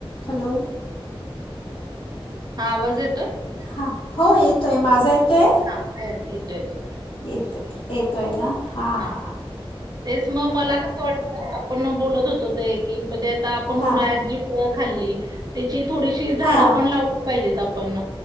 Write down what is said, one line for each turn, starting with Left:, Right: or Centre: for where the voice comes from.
Left: Hello
Right: हा वजन
Left: हा हो येतोय माझा येतोय
Right: हा ह येतो येतोय
Left: येतोय येतोय ना हां
Right: हा
Left: हां हां
Right: तेच मग मला कसं वाटतंय आपण बोलत होतो ते की म्हणजे आता आपण
Left: हां
Right: उन्हाळ्यात जी फळं खाल्ली तिची थोडीशी झाडं
Left: हां
Right: पण लावली पाहिजेत आपण